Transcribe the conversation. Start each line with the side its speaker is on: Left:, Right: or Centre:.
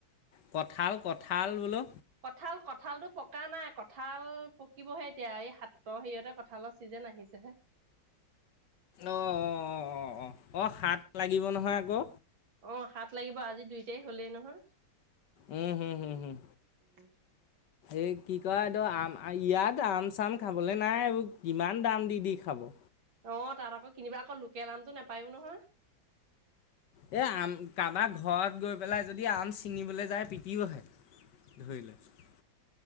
Left: কঁঠাল কঁঠাল বোলো
Right: কঁঠাল কঁঠালটো পকা নাই কঁঠ কঁঠাল পকিবহে এতিয়া এই হাতৰ হেৰিয়তে কঁঠালৰ চিজেন আহিছেহে
Left: অ অ অ অ অ অ হাত লাগিব নহয় আকৌ
Right: অ হাত লাগিব আজি দুই তাৰিখ হ'লেই নহয়
Left: um home home home
Right: um
Left: এই কি কয় এইটো আম ইয়াত আম চাম খাবলৈ নাই এইবোৰ কিমান দাম দি দি খাব
Right: অ তাত আকৌ কিনিবা আকৌ লোকেল আমটো নেপায়ো নহয়
Left: এ আম কাৰবাৰ ঘৰত গৈ পেলাই যদি আম ছিঙিবলে যায় পিটিবহে ধৰি লৈছোঁ